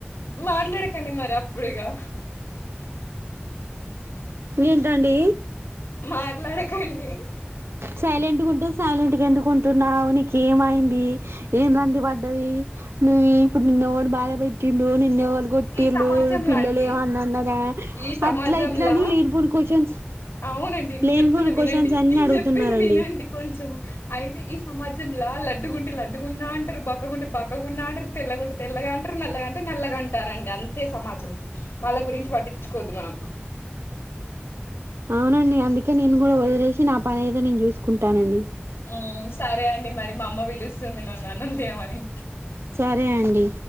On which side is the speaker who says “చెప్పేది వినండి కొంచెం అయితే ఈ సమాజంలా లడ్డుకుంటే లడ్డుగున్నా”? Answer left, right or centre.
Left